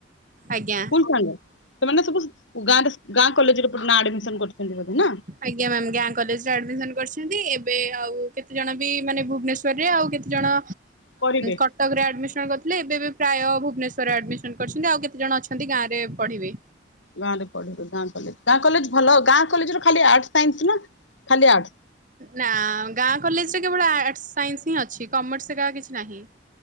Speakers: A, on the right; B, on the left.
A: ଆଜ୍ଞା।
B: <unintelligible> ସେମାନେ ସବୁ ଗାଁରେ ଗାଁ କଲେଜରେ ପ ନାଁ ଆଡମିସନ କରୁଚନ୍ତି ବୋଧେ ନା
A: ଆଜ୍ଞା ମ୍ୟାମ ଗାଁ କଲେଜରେ ଆଡମିସନ କରିଛନ୍ତି ଏବେ ଆଉ କେତେଜଣ ବି ମାନେ ଭୁବନେସ୍ଵର ଯଦି ଆଉ କେତେ ଜଣ
B: କରିବେ।
A: କଟକ ରେ ଆଡମିସନ କରିଥିଲେ ଏବେ ବି ପ୍ରାୟ ଭୁବନେଶ୍ୱରରେ ଆଡମିସନ କରିଚନ୍ତି ଆଉ କେତେ ଜଣ ଅଛନ୍ତି। ହେମତି ଗାଁ ରେ ପଢିବି।
B: ଗାଁ ରେ ପଢିଲୁ ଗାଁ କଲେଜ ଗାଁ କଲେଜ ଭଲ ଗାଁ କଲେଜର ଖାଲି ଆର୍ଟ ସାଇନ୍ସ ନା ଖାଲି ଆର୍ଟ?
A: ନା ଗାଁ କଲେଜରେ କେବଳ ଆର୍ଟସ ସାଇନ୍ସ ହିଁ ଅଛି କମର୍ସକା କିଛି ନାହିଁ।